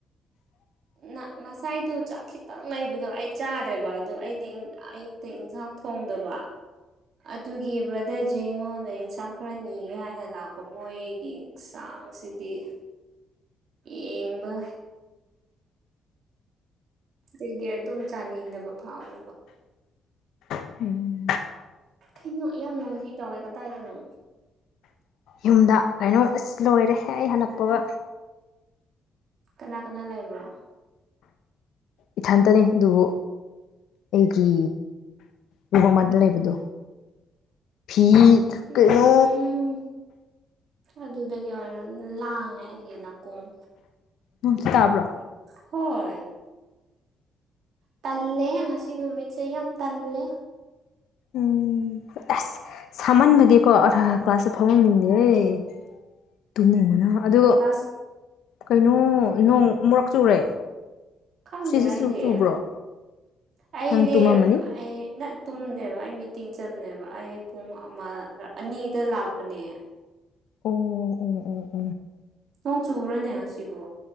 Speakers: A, on the left; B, on the right.
A: <inaudible>
B: ꯅ ꯉꯁꯥꯏꯗꯨ ꯆꯥꯛ ꯈꯤꯇꯪ ꯂꯩꯕꯗꯣ ꯑꯩ ꯆꯥꯗꯦꯕ ꯑꯗꯨ ꯑꯩꯗꯤ ꯏꯪ ꯑꯌꯨꯛꯇ ꯏꯟꯖꯥꯡ ꯊꯣꯡꯗꯕ ꯑꯗꯨꯒꯤ ꯕ꯭ꯔꯗꯔ ꯖꯦꯡ ꯉꯣꯟꯗꯩ ꯏꯟꯁꯥꯡ ꯈꯔ ꯅꯤꯒꯦ ꯍꯥꯏꯅ ꯂꯥꯛꯄ ꯃꯣꯏꯒꯤ ꯆꯥꯡꯁꯤꯗꯤ ꯌꯦꯡꯕ ꯁꯤꯗꯒꯤ ꯑꯗꯨꯝ ꯆꯥꯅꯤꯡꯗꯕ ꯐꯥꯎꯋꯦꯕ
A: ꯎꯝ
B: ꯀꯩꯅꯣ ꯌꯥꯝ ꯅꯣꯏꯖꯤ ꯇꯧꯋꯦ ꯀꯗꯥꯏꯗꯅꯣ
A: ꯌꯨꯝꯗ ꯀꯩꯅꯣꯝ ꯑꯁ ꯂꯣꯏꯔꯦ ꯑꯩ ꯍꯟꯂꯛꯄꯒ
B: ꯀꯅꯥ ꯀꯅꯥ ꯂꯩꯕ꯭ꯔꯣ
A: ꯏꯊꯟꯇꯅꯤ ꯑꯗꯨꯕꯨ ꯑꯩꯒꯤ ꯂꯨꯍꯣꯡꯃꯗ ꯂꯩꯕꯗꯣ ꯐꯤ
B: ꯎꯝ
A: ꯀꯩꯅꯣ
B: ꯑꯗꯨꯗꯒꯤ ꯑꯣꯏꯔꯝ ꯂꯥꯡꯉꯦ ꯑꯩꯒꯤ ꯅꯥꯀꯣꯡ
A: ꯅꯨꯡꯁꯨ ꯇꯥꯕ꯭ꯔꯣ
B: ꯍꯣꯏ ꯇꯜꯂꯦꯍꯦ ꯉꯁꯤ ꯅꯨꯃꯤꯠ ꯁꯦ ꯌꯥꯝ ꯇꯜꯂꯦ
A: ꯎꯝ ꯑꯁ ꯁꯥꯃꯟꯕꯗꯤꯀꯣ ꯑꯔ ꯀ꯭ꯂꯥꯁꯇ ꯐꯥꯎꯃꯝꯅꯤꯡꯕ ꯑꯦ ꯇꯨꯝꯅꯤꯡꯕꯅ ꯑꯗꯨ
B: ꯀ꯭ꯂꯥꯁ
A: ꯀꯩꯅꯣ ꯅꯣꯡ ꯑꯃꯨꯔꯛ ꯆꯨꯔꯦ
B: ꯈꯪꯗꯦ
A: ꯁꯤꯁꯤ
B: ꯑꯩꯗꯤ
A: ꯆꯨꯕ꯭ꯔꯣ
B: ꯑꯩꯗꯤ
A: ꯅꯪ ꯇꯨꯝꯃꯝꯃꯅꯤ
B: ꯑꯩ ꯅꯠ ꯇꯨꯝꯗꯦꯕ ꯑꯩ ꯃꯤꯇꯤꯡ ꯆꯠꯕꯅꯦꯕ ꯑꯩ ꯄꯨꯡ ꯑꯃ ꯔ ꯑꯅꯤꯗ ꯂꯥꯛꯄꯅꯦ
A: ꯑꯣ ꯎꯝ ꯎ ꯎꯝ
B: ꯅꯣꯡ ꯆꯨꯨꯕ꯭ꯔꯅꯦ ꯉꯁꯤꯕꯨ